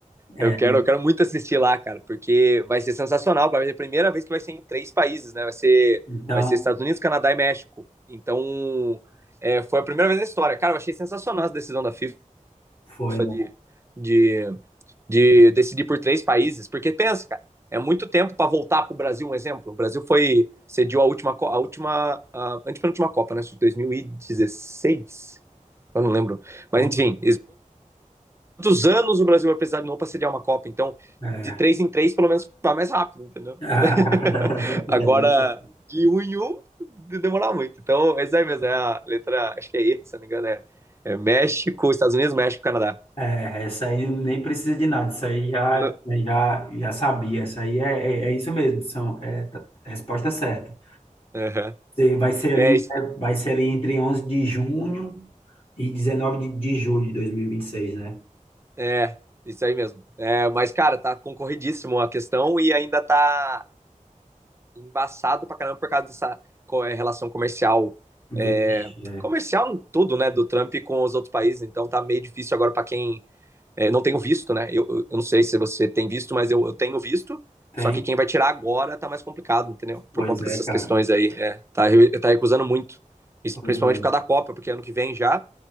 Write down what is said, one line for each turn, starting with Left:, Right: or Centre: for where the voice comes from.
Left: é,
Right: Eu quero,
Left: né?
Right: eu quero muito assistir lá, cara, porque vai ser sensacional. Vai ser a primeira vez que vai ser em três países, né? Vai ser,
Left: Então,
Right: vai ser Estados Unidos, Canadá e México. Então, é, foi a primeira vez na história. Cara, eu achei sensacional essa decisão da FIFA
Left: foi, né?
Right: de, de de decidir por três países, porque pensa, cara, é muito tempo para voltar para o Brasil, um exemplo. O Brasil foi cediu a última a última a antepenúltima Copa, né, de dois mil e dezesseis Eu não lembro. Mas
Left: Foi.
Right: enfim, quantos anos o Brasil vai precisar de novo para sediar uma Copa? Então,
Left: É.
Right: de três em três, pelo menos vai mais rápido, entendeu?
Left: <laughs>
Right: <laughs> Agora de um em um demorar muito. Então, é aí mesmo, é a letra, acho que é E, se não me engano, é, é México, Estados Unidos, México, Canadá.
Left: É, essa aí nem precisa de nada, isso aí já,
Right: No,
Left: já, já sabia, isso aí é, é, é isso mesmo, são, é, tá- resposta certa.
Right: uhum.
Left: Você vai ser ali,
Right: É
Left: né,
Right: isso.
Left: vai ser ali entre 11 de junho e 19 de, de julho de 2026, né?
Right: É, isso aí mesmo. É, mas, cara, tá concorridíssimo a questão e ainda tá embaçado pra caramba por causa dessa co- é, relação comercial. É,
Left: Vixe, é.
Right: comercial em tudo, né, do Trump com os outros países, então tá meio difícil agora pra quem é, não tem o visto, né? Eu, eu eu não sei se você tem visto, mas eu, eu tenho visto,
Left: Tem?
Right: só que quem vai tirar agora tá mais complicado, entendeu? Por
Left: Pois
Right: conta dessas
Left: é, cara.
Right: questões aí. É, tá, re- tá recusando muito, Isso
Left: Pois
Right: principalmente
Left: é.
Right: por causa da Copa, porque é ano que vem já,